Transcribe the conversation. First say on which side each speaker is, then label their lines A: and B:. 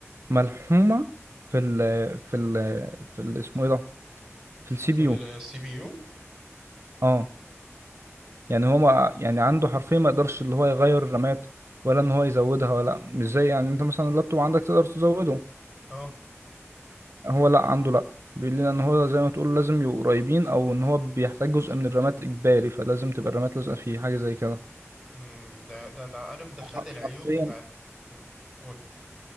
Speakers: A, on the right; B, in the centre.
A: ملحومه في ال
B: امم
A: في ال في ال اسمه ايه ده في السي
B: في
A: بي
B: السي
A: يو
B: بي يو
A: اه يعني هو ما يعني عنده حرفيا ما يقدرش اللي هو يغير الرامات ولا ان هو يزودها ولا مش زي يعني انت مثلا اللابتوب عندك تقدر تزوده
B: اه
A: هو لا عنده لا بيقول لنا ان هو زي ما تقول لازم يبقوا قريبين او ان هو بيحتاج جزء من الرامات اجباري فلازم تبقى الرامات لازقه فيه حاجه زي كده
B: امم ده ده ده عارف ده
A: ح-
B: خد العيوب
A: حرفيا
B: بتاع ال- امم قول